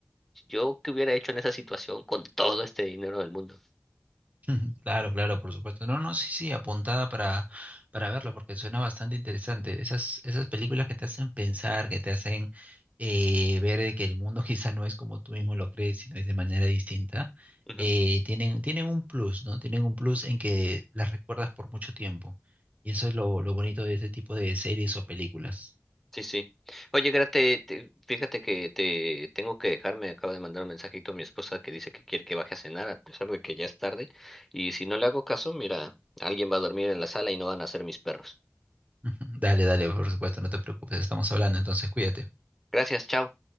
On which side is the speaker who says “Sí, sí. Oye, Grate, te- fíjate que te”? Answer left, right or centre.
Centre